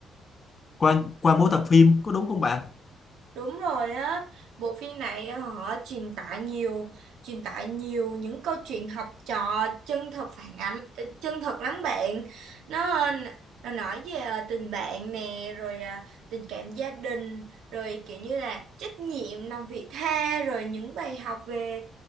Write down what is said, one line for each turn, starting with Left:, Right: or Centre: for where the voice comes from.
Left: qua qua mỗi tập phim có đúng không bạn?
Right: Đúng rồi á, bộ phim này họ truyền tải nhiều, truyền tải nhiều những câu chuyện học trò chân thật phản ánh, ờ, chân thật lắm bạn. Nó, ờ, nó nói về ờ, tình bạn nè, rồi ờ, tình cảm gia đình, rồi kiểu như là trách nhiệm, lòng vị tha, rồi những bài học về,